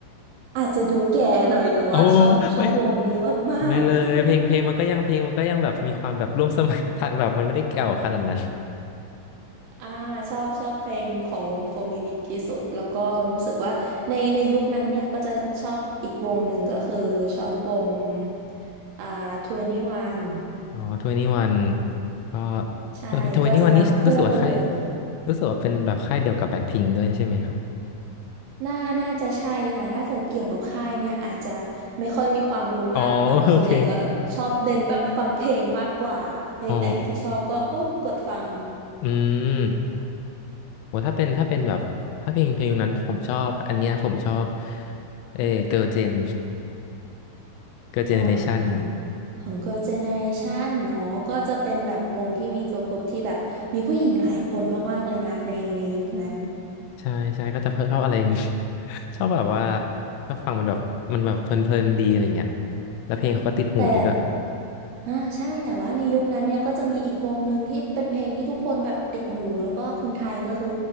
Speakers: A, on the right (about 80°); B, on the left (about 85°).
A: อาจจะดูแก่หน่อยแต่ว่าชอบชอบวงนี้มาก
B: โอ้ไม่ไม่เลยเพลงเพลงมันก็ยังเพลงมันก็ยังแบบมีความแบบร่วมสมัย
A: ๆ
B: <laughs> ทันแบบมันไม่ได้เก่าขนาดนั้น
A: อ่าชอบชอบเพลงของวงโฟร์มินิที่สุดแล้วก็รู้สึกว่าในในยุคนั้นเนี่ยก็จะชอบอีกวงหนึ่งก็คือชอบวงอ่า21
B: อ๋อทเวนีวันก็
A: ใช่ก็จะมาคู่กันเลย
B: <laughs> ทเวนีวันนี่รู้สึกว่าค่ายรู้สึกว่าเป็นแบบค่ายเดียวกับแบ็คพิงด้วยใช่ไหมครับ
A: น่าน่าจะใช่ค่ะถ้าเกิดเกี่ยวกับค่ายเนี่ยอาจจะไม่ค่อยมีความรู้มากแบบส่วนใหญ่ก็ชอบเน้นแบบฟังเพลงมากกว่าเพลงไหนที่ชอบก็โอ้กดฟัง
B: อ๋อโอเคอ๋ออืมโหถ้าเป็นถ้าเป็นแบบถ้าเพลงเพลงนั้นผมชอบอันเนี้ยผมชอบเอเกิร์ลเจนเกิร์ลเจเนเรชัน
A: เอ่อของของ Girl Generation เนอะก็จะเป็นแบบวงที่มี girl group ที่แบบมีผู้หญิงหลายคนมากๆเลยนะในในยุคนั้น
B: ใช่ใช่ก็จะชอบอะไรอย่าง <laughs> งี้ <laughs> ชอบแบบว่าชอบฟังมันแบบมันแบบเพลินๆดีอะไรเงี้ยแล้วเพลงเขาก็ติดหูดีด้วย
A: แต่อ่าใช่แต่ว่าในยุคนั้นเนี่ยก็จะมีอีกวงหนึ่งที่เป็นเพลงที่ทุกคนแบบติดหูแล้วก็คนไทยก็คือ